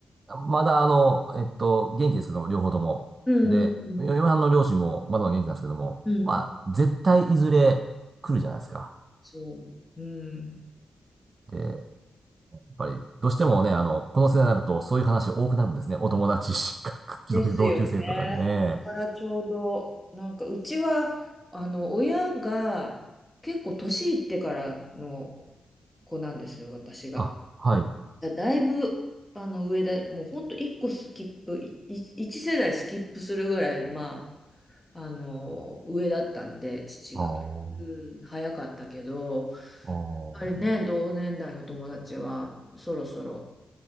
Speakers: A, on the right; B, in the centre.
A: まだあの、えっと、元気ですけども、両方とも。
B: うんうん
A: で、嫁はんの両親もまだまだ元気なんですけども、
B: う
A: まあ、絶対いずれ来るじゃないですか。
B: ん。そう。うん。
A: で、やっぱり、どうしてもね、あの、この世代になるとそういう話多くなるんですね。お友達、<laughs>
B: ですよね。
A: 同同級生とかでね。
B: これからちょうど、なんかうちは、あの、親が結構年いってからの子なんですよ、私が。
A: あ、はい。
B: だ、だいぶ、あの、上で、もうほんと1個スキップ、いい一世代スキップするぐらい、まあ、あの、上だったんで、父が。
A: ああ、あ
B: うん、
A: あ、
B: 早かったけど、や
A: そ
B: っぱりね、同年代の友達は、そろそろ、